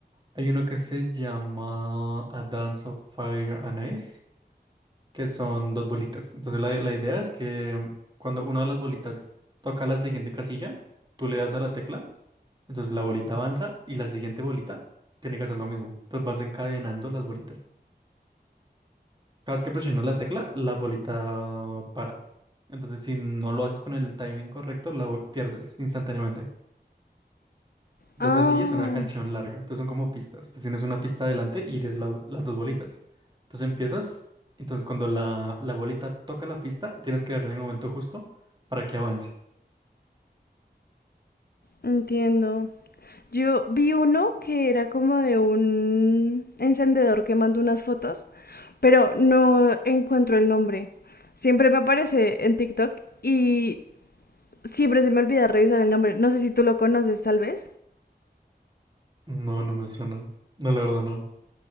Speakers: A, on the right; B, on the left.
A: Hay uno que se llama A Dance of Fire and Ice, que son dos bolitas. Entonces la, la idea es que mm, cuando una de las bolitas toca la siguiente casilla, tú le das a la tecla Entonces la bolita avanza y la siguiente bolita tiene que hacer lo mismo. Entonces vas encadenando las bolitas. Cada vez que presionas la tecla, la bolita para. Entonces si no lo haces con el timing correcto, la bo- pierdes instantáneamente. Entonces
B: Ah,
A: así es una canción larga. Entonces son como pistas. Entonces tienes una pista adelante y eres la- las dos bolitas. Entonces empiezas. Entonces cuando la, la bolita toca la pista, tienes que darle en el momento justo para que avance.
B: entiendo. Yo vi uno que era como de un encendedor que mandó unas fotos, pero no encuentro el nombre. Siempre me aparece en TikTok y siempre se me olvida revisar el nombre. No sé si tú lo conoces, tal vez.
A: No, no me suena. No, la verdad no.